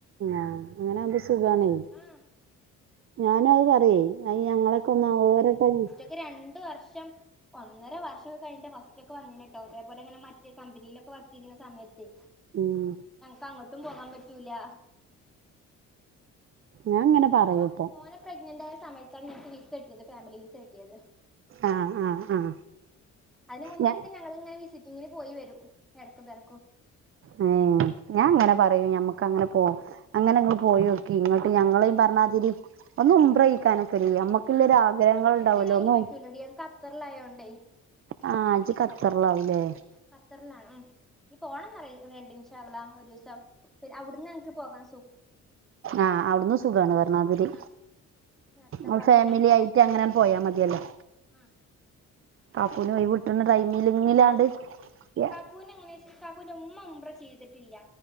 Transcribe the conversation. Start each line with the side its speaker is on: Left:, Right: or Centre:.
Right: ആഹ് അങ്ങനാവുമ്പോ സുഖാണേ
Centre: ആഹ്
Right: ഞാനും അത് പറയെ അത് ഞങ്ങളൊക്കെ ഒന്ന് <unintelligible>
Centre: ക്ക് രണ്ട് വർഷം ഒന്നര വർഷൊക്കെ കഴിഞ്ഞിട്ടാ ഫസ്റ്റ് ഒക്കെ വന്നീനെട്ടോ ഇതേപോലെ ഇങ്ങനെ മറ്റ് കമ്പനിയിലൊക്കെ വർക്ക് ചെയ്യണ സമയത്തെ
Right: ഉം
Centre: ഞങ്ങക്ക് അങ്ങട്ടും പോകാൻ പറ്റൂലാ
Right: ഞാ ഇങ്ങനെ പറയും
Centre: ഇപ്പം
Right: ഇപ്പൊ
Centre: മോനെ പ്രഗ്നന്റ് ആയ സമയത്താണ് ഞങ്ങക്ക് വിസ കിട്ടിയത് ഫാമിലി വിസ കിട്ടിയത്
Right: ആ ആ ആ
Centre: അതിന് മുന്നെക്കെ
Right: ഞ
Centre: ഞങ്ങളിങ്ങനെ വിസി ഇങ്ങനെ പോയി വരും ഇടക്കും തരക്കും
Right: അയൊ ഞാൻ അങ്ങനെ പറൂ ഞമ്മക്ക് അങ്ങനെ പോ അങ്ങനെ അങ്ങ് പോയൊക്കി ഇങ്ങോട്ട് ഞങ്ങള് പറഞ്ഞാതിരി ഒന്നുംബ്രയിക്കാനൊക്കെല്ല് ഞമ്മ ക്കിലെഒരു
Centre: ആഹ്
Right: ആഗ്രഹങ്ങൾ
Centre: ഞങ്ങക്ക്
Right: ഉണ്ടാവല്ലോ
Centre: അയിന്
Right: ഒന്നു
Centre: പറ്റൂലടി ഞങ്ങക്ക് ഖത്തറിലായോണ്ടേ
Right: ആ ഇജ് കഖത്തറിലാവൂല്ലേ
Centre: കത്തറിലാണ് ഉം ഇനീ പോണംന്ന്റയെ രണ്ടിന്ഷആള്ള ഒരുസം അവിടുന്ന് ഞങ്ങക്ക് പോകാ
Right: ആഹ് അവിടുന്ന് സുഖണ് വരണാതിരി
Centre: ആഹ് ഇനി അടുത്ത
Right: ആ
Centre: പ്രാവശ്യം
Right: ഫാമിലി ആയിട്ട് അങ്ങനണ് പോയാ മതിയല്ലോ
Centre: ആഹ് ആഹ്
Right: കാക്കൂന് കൈ വിട്ടുന്ന ടൈമിലിങ്ങിലാണ്ട് യെ
Centre: കൂനങ്ങനെ ഇസ് കക്കുന്റെ ഉമ്മ ഉമ്പ്ര ചെയ്തിട്ടില്ല